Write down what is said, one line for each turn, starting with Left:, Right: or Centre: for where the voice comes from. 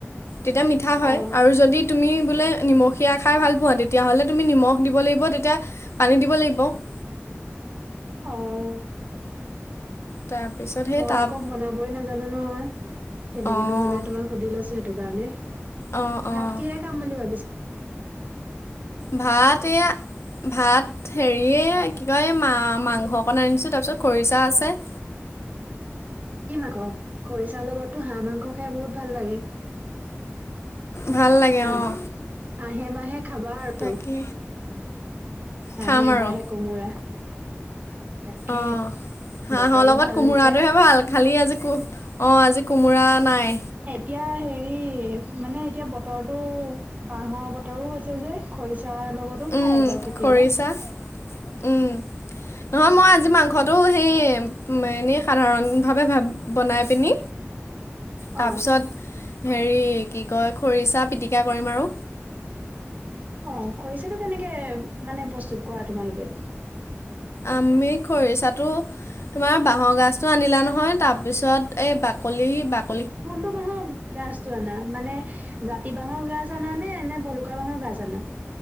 Left: তেতিয়া মিঠা হয়।
Right: অঁ
Left: আৰু যদি তুমি বোলে নিমখীয়া খাই ভাল পোৱা, তেতিয়লে তুমি নিমখ দিব লাগিব। তেতিয়া পানী দিব লাগিব। <unintelligible>
Right: অ'।
Left: তাৰপিছত সেই
Right: মই
Left: তাপ
Right: আকৌ বনাবয়ে নাজানো, নহয়। কেনেকেনো
Left: অঁ
Right: বনায় তোমাক সুধি লৈছোঁ সেইটো কাৰণে।
Left: অঁ
Right: ভাত
Left: অঁ
Right: কিহে খাম বুলি ভাবিছ
Left: ভাত এয়া ভাত হেৰিয়ে কি কয়, এই মা- মাংস অকণ আনিছোঁ। তাৰপিছত খৰিচা আছে। <inaudible>
Right: কি মাংস? খৰিচাৰ লগতো হাঁহ মাংস খাই বহুত ভাল লাগে।
Left: ভাল লাগে
Right: হা-
Left: অঁ
Right: হাঁহে-বাঁহে খাবা আৰু।
Left: তাকে
Right: হাঁহে-
Left: খাম আৰু
Right: বাঁহে কোমোৰা। তাকে,
Left: অঁ হাঁহৰ
Right: বতৰো
Left: লগত
Right: ভাল
Left: কোমোৰাটোহে
Right: দিছে।
Left: ভাল খালি আজি কো- অ' আজি কোমোৰা নাই।
Right: এতিয়া হেৰি, মানে এতিয়া বতৰটো বাঁহৰ বতৰো হৈছে যে, খৰি চাৰ লগতো খায়
Left: উম
Right: বাৰু কেতিয়াবা।
Left: খৰিচা উম নহয় মই আজি মাংসটো সেই উম- এনেই সাধাৰণভাৱে ভা- বনাই পিনি তাৰপিছত
Right: অ',
Left: হেৰি কি কয় খৰিচা পিটিকা কৰিম আৰু
Right: অ কৰিছো কেনেকে মানে প্ৰস্তুত কৰা তোমালোকে
Left: আমি খৰিচাটো তোমাৰ বাঁহৰ গাছটো আনিলা নহয় তাৰপিছত এই বাকলি বাকলি বাক
Right: কোনটো বাহৰ গাছটো আনা মানে জাতি জাতি বাঁহৰ গাছ আনা নে নে ভলুকা বাঁহৰ গাছ আনা